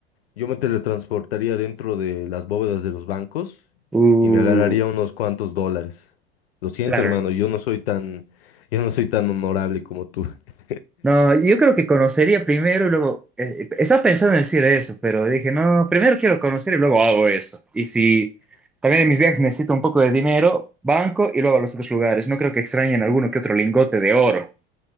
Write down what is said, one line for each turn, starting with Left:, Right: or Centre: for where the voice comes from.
Left: Yo me teletransportaría dentro de las bóvedas de los bancos
Centre: Uh,
Left: y me agarraría unos cuantos dólares. Lo siento,
Centre: claro.
Left: hermano, yo no soy tan, yo no soy tan honorable como tú. <laughs>
Centre: No, yo creo que conocería primero y luego. eh, estaba pensando en decir eso, pero dije, no, primero quiero conocer y luego hago eso. Y si también en mis viajes necesito un poco de dinero, banco y luego a los otros lugares. No creo que extrañen alguno que otro lingote de oro.